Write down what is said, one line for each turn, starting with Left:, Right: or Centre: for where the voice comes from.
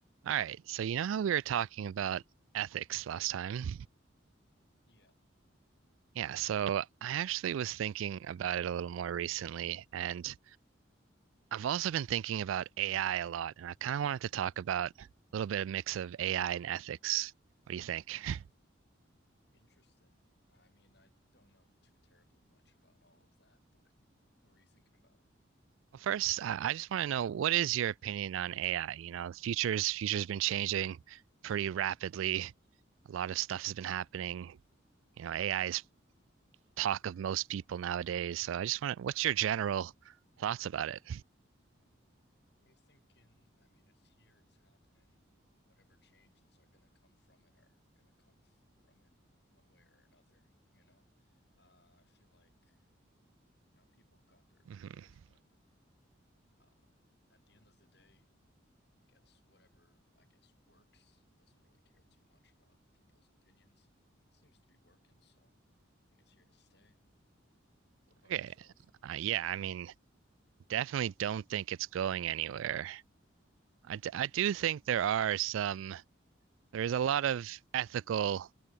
Right: All right, so you know how we were talking about ethics last time?
Left: Yeah,
Right: Yeah, so I actually was thinking about it a little more recently, and I've also been thinking about AI a lot, and I kind of wanted to talk about a little bit of mix of AI and ethics. What do you think? <laughs>
Left: interesting. I mean, I don't know too terribly much about all of that, but what were you thinking about?
Right: Well, first, I I just want to know what is your opinion on AI? You know, the future's future's been changing pretty rapidly. A lot of stuff has been happening. You know, AI is talk of most people nowadays. So I just want to, what's your general thoughts about it?
Left: I'm thinking, I mean, it's here, it's happening. Whatever changes are going to come from it are going to come from it one way or another, you know? Uh, I feel like, you know, people got their opinions,
Right: hmm
Left: but um, at the end of the day, I guess whatever, I guess works doesn't really care too much about people's opinions. Seems to be working, so I think it's here to stay. What about
Right: Okay.
Left: yourself?
Right: Uh, yeah, I mean, definitely don't think it's going anywhere. I, d I do think there are some, there's a lot of ethical